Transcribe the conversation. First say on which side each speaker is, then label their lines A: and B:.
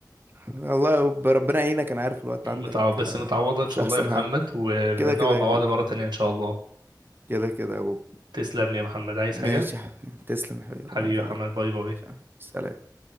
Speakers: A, on the right (about 30°); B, on the right (about 75°).
A: الله يب- ربنا يعينك أنا عارف الوقت عندك
B: متعو... بس
A: آه،
B: متعوضة ان
A: مش
B: شاء
A: أحسن
B: الله يا محمد
A: حاجة
B: ونقعد
A: كده كده يا
B: مع
A: كبير
B: بعض مرة تانية ان شاء الله
A: كده كده يا بوب
B: تسلم لي يا محمد عايز
A: ماشي
B: حاجة
A: يا حبيبي تسلم يا حبيبي
B: حبيبي
A: ربنا يخليك
B: يا محمد باي باي
A: سلام